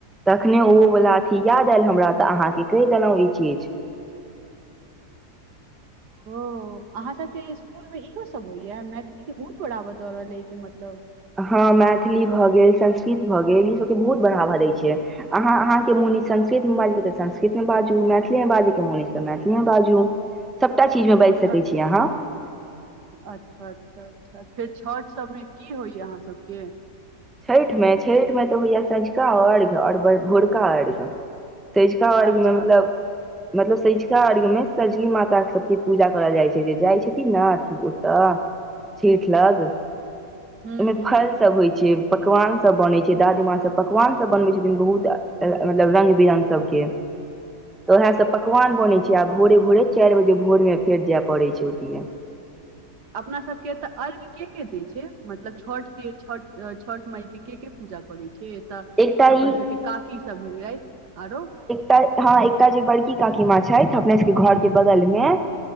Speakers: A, in the centre; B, on the right.
A: तखने ओ वला अथी याद आयल हमरा तऽ अहाँके कहि देलहुँ ई चीज
B: ओ आहाँ सबके स्कुल मे इहो सब होइया मैथिली के बहुत बड़ाब दऽ रहल य अइ के मतलब
A: हँ मैथिली भऽ गेल संस्कृत भऽ गेल ई सभके बहुत बढ़ावा दै छै अहाँ अहाँके मुन यै संस्कृत मे बाजै के तऽ संस्कृत मे बाजू मैथिली मे बाजै के मुन अछि तऽ मैथिली मे बाजू सभटा चीज मे बाजि सकै
B: अ-
A: छी अहाँ
B: अच्छा अच्छा अच्छा अच्छा फेर छठ सब मे की सब होइए अहाँ सबके
A: छठिमे छठि मे तऽ होइया सँझुका अर्घ्य आओर भोरका अर्घ्य सैंझका अर्घ्य
B: अच्छा
A: मे मतलब मतलब सँझुका अर्घ्य मे सँझकी माता सबके पूजा करल जाइ छै जे जाइ छथिन ने अथि ओतऽ छीठ लग ओहिमे
B: हूँ हूँ
A: फल सब होइ छै पकवान सब बनै छै दादीमाँ सब पकवान सब बनबै छथिन बहुत मतलब रंग बिरंग सब के तऽ उएह सब पकवान बनै छै आ भोरे भोरे चारि बजे भोर मे फेर जाय पड़ै छै ओतय
B: अपना सबके तऽ अर्य्घ के के दय छै मतलब छठ के छठ छठ माई के के के पूजा करै छै एतऽ
A: एकटा
B: अपन
A: ई
B: सबके काकी सब भेलथि आरो
A: त हँ एकटा जे बड़की काकी मां छथि अपने सबके घर के बगल मे